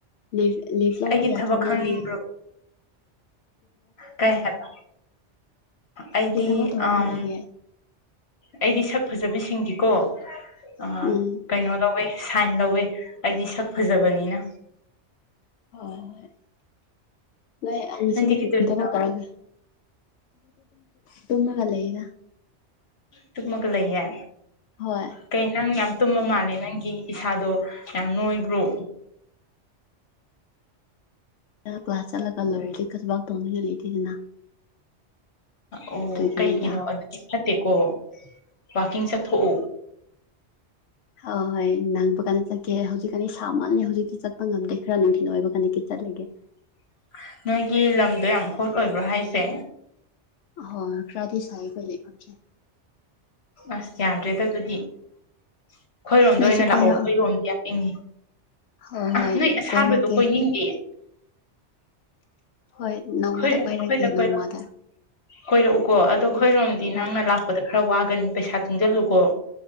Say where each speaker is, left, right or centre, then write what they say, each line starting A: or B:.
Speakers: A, on the left; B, on the left.
A: ꯂꯤꯐ ꯂꯤꯐ ꯂꯧꯕ
B: ꯑꯩꯒꯤ
A: ꯌꯥꯗ꯭ꯔꯣ
B: ꯊꯕꯛ
A: ꯅꯣꯏꯒꯤ
B: ꯈꯪꯅꯤꯡꯕ꯭ꯔꯣ ꯀꯩ ꯍꯥꯏꯕ ꯑꯩꯗꯤ
A: ꯀꯔꯤ ꯊꯕꯛ ꯇꯧꯔꯒ
B: ꯑꯝ
A: ꯂꯩꯒꯦ
B: ꯑꯩꯗꯤ ꯁꯛ ꯐꯖꯕꯤꯁꯤꯡꯒꯤꯀꯣ ꯑꯥ
A: ꯎꯝ
B: ꯀꯩꯅꯣ ꯂꯧꯋꯦ ꯁꯥꯏꯟ ꯂꯧꯋꯦ ꯍꯥꯏꯗꯤ ꯁꯛ ꯐꯖꯕꯅꯤꯅ
A: ꯍꯣꯏ ꯍꯣꯏ ꯅꯣꯏ ꯑꯅꯤ ꯉꯁꯤꯗꯤ
B: ꯅꯪꯗꯤ
A: ꯀ꯭ꯔꯤ
B: ꯀꯩꯗꯧꯔꯤꯅꯣ
A: ꯀ꯭ꯔꯤ ꯊꯕꯛ ꯇꯧꯔꯒꯦ ꯇꯨꯝꯃꯒ ꯂꯩꯗ
B: ꯇꯨꯝꯃꯒ ꯂꯩꯌꯦ
A: ꯍꯣꯏ
B: ꯀꯩ ꯅꯪ ꯌꯥꯝ ꯇꯨꯝꯕ ꯃꯥꯜꯂꯦ ꯅꯪꯒꯤ ꯏꯁꯥꯗꯣ ꯌꯥꯝ ꯅꯣꯏꯕ꯭ꯔꯣ
A: ꯑꯗꯣ ꯀ꯭ꯂꯥꯁ ꯆꯠꯂꯒ ꯂꯣꯏꯔꯦ ꯀꯩꯁꯨ ꯋꯥꯔꯛ ꯇꯧꯅꯤꯡꯉꯥꯏ ꯂꯩꯇꯦꯗꯅ
B: ꯑꯣ
A: ꯑꯗꯨꯒꯤꯅꯤꯗ
B: ꯀꯩꯒꯤꯅꯣ ꯑꯗꯨꯗꯤ ꯐꯠ ꯇꯦꯀꯣ ꯋꯥꯀꯤꯡ ꯆꯠꯊꯣꯛꯑꯣ
A: ꯑꯥ ꯍꯣꯏ ꯅꯪꯕ ꯀꯥꯟꯗ ꯆꯠꯀꯦ ꯍꯧꯖꯤꯛꯀꯥꯟꯗꯤ ꯁꯥꯃꯜꯂꯦ ꯍꯧꯖꯤꯛꯇꯤ ꯆꯠꯄ ꯉꯝꯗꯦ ꯈꯔ ꯅꯨꯡꯊꯤꯜ ꯑꯣꯏꯕ ꯀꯥꯟꯅ ꯆꯠꯂꯒꯦ
B: <inaudible> ꯅꯣꯏꯒꯤ ꯂꯝꯗꯣ ꯌꯥꯝ ꯍꯣꯠ ꯑꯣꯏꯕ꯭ꯔꯣ ꯍꯥꯏꯁꯦ
A: ꯍꯣꯏ ꯈꯔꯗꯤ ꯁꯥꯏ ꯑꯩꯈꯣꯏ ꯂꯩꯐꯝꯁꯦ
B: ꯑꯁ ꯌꯥꯗ꯭ꯔꯦꯗ ꯑꯗꯨꯗꯤ ꯑꯩꯈꯣꯏꯔꯣꯝꯗ
A: ꯅꯣꯏꯁꯨ
B: ꯑꯣꯏꯅ
A: ꯀꯣꯏꯔꯛꯑꯣ
B: ꯂꯥꯛꯑꯣ ꯑꯩꯈꯣꯏꯔꯣꯝꯗꯤ ꯌꯥꯝ ꯏꯡꯉꯤ
A: ꯍꯣꯏ
B: ꯑꯥ
A: ꯍꯣꯏ
B: ꯅꯣꯏ ꯑꯁꯥꯕꯗꯣ
A: ꯀꯣꯏꯔꯛꯀꯦ
B: ꯀꯣꯏꯅꯤꯡꯗꯦꯌꯦ
A: ꯍꯣꯏ
B: ꯑꯩꯈꯣꯏ
A: ꯅꯣꯡꯃꯗ
B: ꯑꯩꯈꯣꯏꯗ
A: ꯀꯣꯏꯔꯛꯀꯦ ꯅꯣꯡꯃꯗ
B: ꯀꯣꯏꯔꯛ ꯀꯣꯏꯔꯛꯎꯀꯣ ꯑꯗꯣ ꯑꯩꯈꯣꯏꯔꯣꯝꯗꯤ
A: ꯑꯥ ꯍꯣꯏ
B: ꯅꯪꯅ ꯂꯥꯛꯄꯗ ꯈꯔ ꯋꯥꯒꯅꯤ ꯄꯩꯁꯥ ꯇꯨꯡꯖꯤꯜꯂꯨꯀꯣ